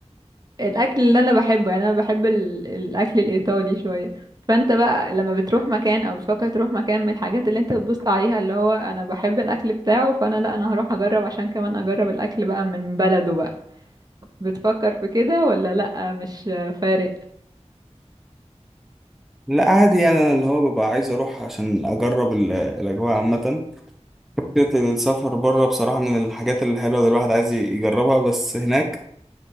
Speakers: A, on the right (about 35°); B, in the centre.
A: الاكل اللي انا بحبه يعني انا بحب ال- الاكل الايطالي شويه فانت بقى لما بتروح مكان او بتفكر تروح مكان من الحاجات اللي انت بتبص عليها اللي هو انا بحب الاكل بتاعه فانا لا انا هروح اجرب عشان كمان اجرب الاكل بقى من بلده بقى بتفكر في كده ولا لا مش فارق
B: لا عادي يعني انا اللي هو ببقى عايز اروح عشان اجرب ال- الاجواء عامه فكرة السفر بره بصراحة من الحاجات الحلوة اللي الواحد عايز يجربها بس هناك